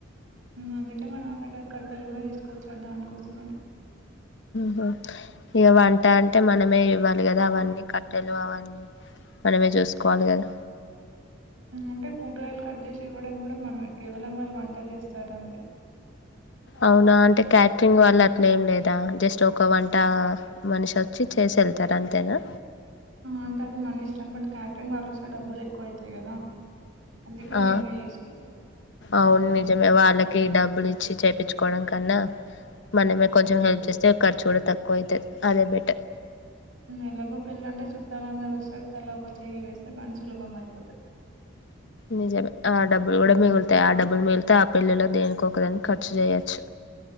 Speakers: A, on the right; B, on the left.
A: అందుక మనర కట్టెలు కూడా తీసుకొచ్చాడు దానికోసం అని
B: హ ఇక వంట అంటే మనమే ఇవ్వాలి కదా అవన్నీ కట్టెలు అవన్నీ మనమే చూసుకోవాలి కదా
A: అంట పూరయిలు కద శివడు కూడా మనంట్ కేవలం వాళ్ళు వంట చేస్త సరే అంతే
B: అవునా అంటే క్యాటరింగ్ వాళ్ళ లేం లేదా జస్ట్ ఒక వంట మనిషి వచ్చి చేసి వెళ్తారు అంతేనా
A: అంటే అది మన ఇష్టం బట్ క్యాటరింగ్ వాళ్ళ ఒకసారి బ్బులు ఎక్ కోయితే కదా అందుకే
B: ఆ
A: మేమే చేసుకుంటాం
B: అవును నిజమే వా వాళ్ళకి డబ్బులు ఇచ్చి చేయిించుకోవడం కన్నా మనమే కొంచెం హెల్ప్ చేస్తే ఖర్చు కూడా తక్కువ అవుతుది అదేట్టి
A: ఎలాగో పెళ్ళంటే చుట్ట చట్టాలందరూ ఒకస్తారి తల ఒక చెయ్యి వేస్తే బని సులభం అయిపోతుంది
B: నిజమే ఆ డబ్బులు కూడా మిగులుతాయి ఆ డబ్బులు మిగిలితా ఆ పెళ్ళలో దేనికికో ఒకదానికి ఖర్చు చేయొచ్చు